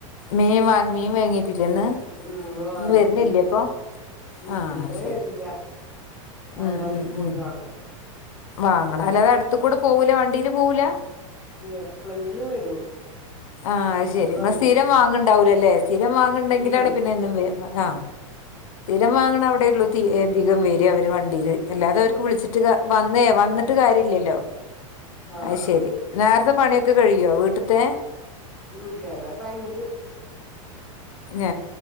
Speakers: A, on the left (about 80°); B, in the centre.
A: മീൻ വ മീൻ വേങ്ങിട്ടില്ലേന്ന്
B: ഉം ഇന്ന് വാങ്ങിട്ടില്ല
A: മീൻ വരുന്നില്ലേ ഇപ്പൊ
B: ഇതിലേ
A: ആഹ് ശരി
B: വരില്ല
A: ഉം
B: അങ്ങാടി
A: ഉം
B: പോയി
A: ഉം
B: വാങ്ങ
A: വാങ്ങണം അല്ലാതെ അടുത്ത് കൂടെ പോവൂല വണ്ടീയില് പോകൂല
B: എപ്പളങ്കിലും വരും
A: ആഹ് അത് ശരി
B: ഇന്ന് വന്നിട്ടില്ല
A: ന സ്ഥിരം വാങ്ങണ്ടാവലില്ലല്ലേ സ്ഥിരം വാങ്ങണ്ടെങ്കിലാണ്
B: ഇല്ലേ
A: പിന്നെ എന്നും വരും ആഹ് സ്ഥിരം വാങ്ങണം അവിടെയുള്ളൂ
B: ആഹ്
A: തി തികം വര് അവര് വണ്ടീയില് അല്ലാതെ അവർക്ക് വിളിച്ചിട്ട് ട്ട് വന്നേ വന്നിട്ട് കാര്യം ഇല്ലല്ലോ
B: ആഹ്
A: അയ്ശെരി
B: ആഹ്
A: നേരത്തെ പണിയൊക്കെ
B: ആഹ്
A: കഴിയുവോ വീട്ടത്തെ
B: ഉം ചെില ടൈമില്
A: ഞ